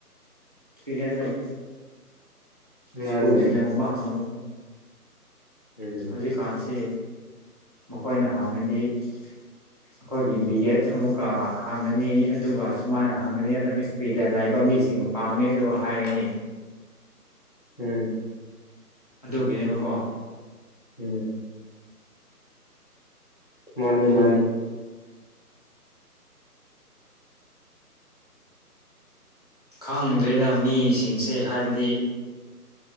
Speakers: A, on the right; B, on the left.
A: ꯄꯤꯒ ꯂꯩ
B: ꯃꯥꯅꯦ
A: ꯁ꯭ꯀꯨꯜ ꯁꯤꯅꯒꯨꯝꯕ ꯍꯥꯡꯕꯒ
B: ꯎꯝ
A: ꯍꯧꯖꯤꯛꯀꯥꯟꯁꯤ ꯃꯈꯣꯏꯅ ꯍꯪꯉꯗꯤ ꯑꯩꯈꯣꯏꯒꯤ ꯕꯤ ꯑꯦꯗ ꯑꯃꯨꯛꯀ ꯍꯥꯡꯉꯅꯤ ꯑꯗꯨꯒ ꯁꯨꯃꯥꯏꯅ ꯍꯪꯒꯅꯤ ꯑꯗ ꯑꯦꯛꯁꯄꯤꯔꯤꯌꯦꯟ ꯂꯩꯕ ꯃꯤꯁꯤꯡꯅ ꯄꯥꯝꯃꯦ ꯑꯗꯨꯒ ꯍꯥꯏꯔꯅꯤ
B: ꯍꯝ
A: ꯑꯗꯨꯒꯤꯅꯦꯕꯀꯣ
B: ꯎꯝ ꯃꯥꯅꯤ
A: ꯑꯗꯨꯒꯤꯅꯤ
B: ꯃꯥꯅꯤ
A: ꯈꯪꯗ꯭ꯔꯦꯗ ꯃꯤꯁꯤꯡꯁꯦ ꯍꯥꯏꯕꯗꯤ